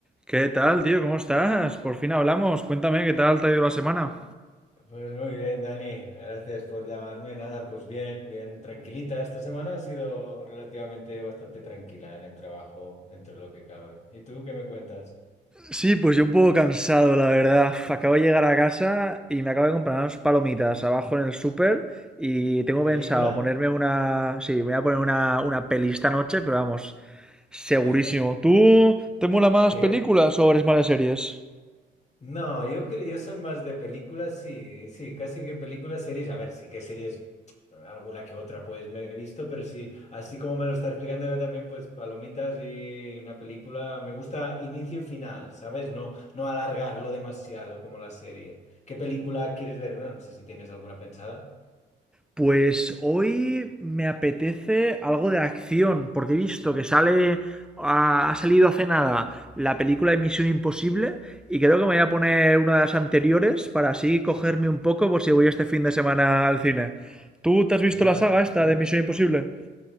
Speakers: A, in the centre; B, on the left (about 35°).
A: ¿Qué tal, tío? ¿Cómo estás? Por fin hablamos. Cuéntame, ¿qué tal te ha ido la semana?
B: Pues muy bien, Dani, gracias por llamarme. Nada, pues bien, bien, tranquilita. Esta semana ha sido relativamente bastante tranquila en el trabajo, dentro de lo que cabe. ¿Y tú qué me cuentas?
A: Sí, pues yo un poco cansado, la verdad. Acabo de llegar a casa y me acabo de comprar unas palomitas abajo en el súper y tengo
B: ¿Película?
A: pensado ponerme una... Sí, me voy a poner una, una peli esta noche, pero vamos, segurísimo.
B: <laughs>
A: ¿Tú te mola más
B: ¿Qué?
A: películas o eres más de series?
B: No, yo creo, yo soy más de películas, sí, sí, casi que películas, series. A ver, sí que series, alguna que otra, pues me he visto, pero sí, así como me lo está explicando yo también, pues palomitas y una película, me gusta inicio y final, ¿sabes? No, no alargarlo demasiado como la serie. ¿Qué película quieres ver? Bueno, no sé si tienes alguna pensada.
A: Pues hoy me apetece algo de acción, porque he visto que sale, ha, ha salido hace nada la película de Misión Imposible y creo que me voy a poner una de las anteriores para así cogerme un poco por si voy este fin de semana al cine. ¿Tú te has visto
B: Ya,
A: la saga
B: n-
A: esta
B: n-
A: de Misión Imposible?